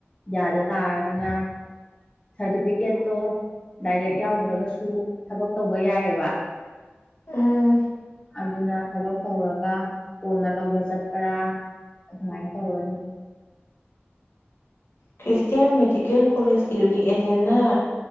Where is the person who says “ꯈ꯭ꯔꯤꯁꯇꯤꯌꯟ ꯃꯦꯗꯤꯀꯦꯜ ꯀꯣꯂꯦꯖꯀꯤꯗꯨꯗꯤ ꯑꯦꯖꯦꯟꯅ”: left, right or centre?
Left